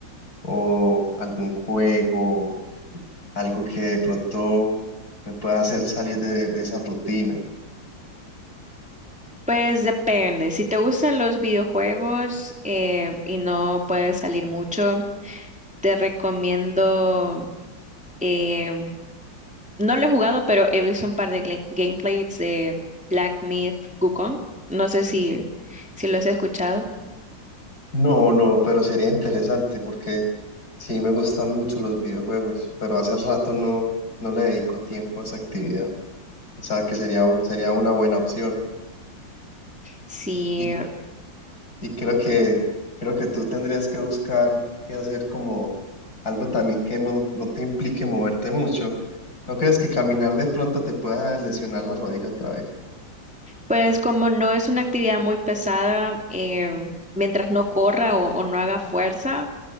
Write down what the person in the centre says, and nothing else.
Pues depende, si te gustan los videojuegos eh, y no puedes salir mucho, te recomiendo, eh, no lo he jugado, pero he visto un par de gla- gameplays de Black Myth Wukong, no sé si, si lo has escuchado.
Sí,
Pues como no es una actividad muy pesada, em, mientras no corra o, o no haga fuerza,